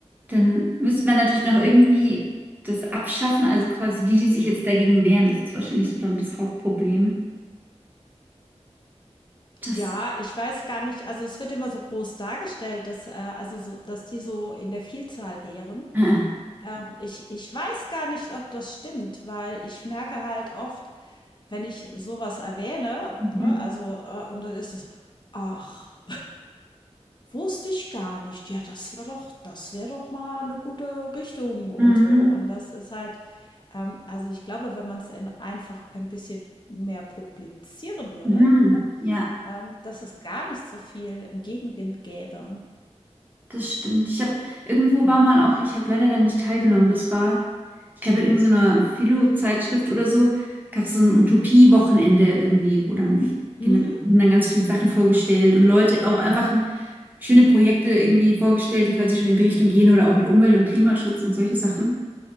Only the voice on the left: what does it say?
Ja, ich weiß gar nicht, also es wird immer so groß dargestellt, dass, äh, also so, dass die so in der Vielzahl wären.
Ähm, ich, ich weiß gar nicht, ob das stimmt, weil ich merke halt oft, wenn ich sowas erwähne,
ne, also, äh, und dann ist es, so, ach, wusste ich gar nicht. Ja, das wäre doch, das wäre doch mal eine gute Richtung und
so. Und das ist halt, ähm, also ich glaube, wenn man es einfach ein bisschen mehr publizieren würde,
ähm, dass es gar nicht so viel Gegenwind gäbe.
Mhm.